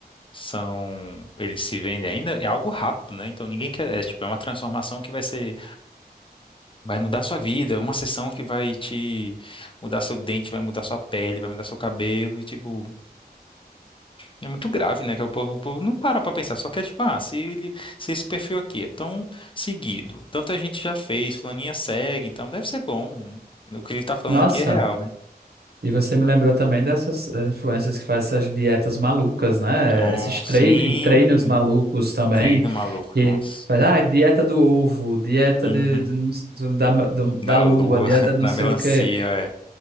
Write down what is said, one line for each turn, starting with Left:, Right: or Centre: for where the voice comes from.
Left: são, eles se vendem ainda, é algo rápido, né, então ninguém quer, é tipo, é uma transformação que vai ser, vai mudar sua vida, é uma sessão que vai te mudar seu dente, vai mudar sua pele, vai mudar seu cabelo, e tipo, É muito grave, né? Que o povo, o povo não para pra pensar, só quer tipo, ah, se, ele, se esse perfil aqui é tão seguido, tanta gente já fez, fulaninha segue, então deve ser bom. O que ele tá falando
Right: Nossa,
Left: aqui é real, né?
Right: e você me lembrou também dessas eh, influencers que fazem essas dietas malucas, né?
Left: Nossa,
Right: Esses trein-
Left: sim,
Right: e treinos malucos também,
Left: treino maluco,
Right: que
Left: nossa.
Right: faz, ah, dieta do ovo, dieta
Left: Uhum.
Right: de, de- do- da, do-
Left: Da
Right: da lua,
Left: lua,
Right: dieta
Left: <laughs>
Right: de não
Left: da
Right: sei
Left: melancia,
Right: o quê.
Left: é.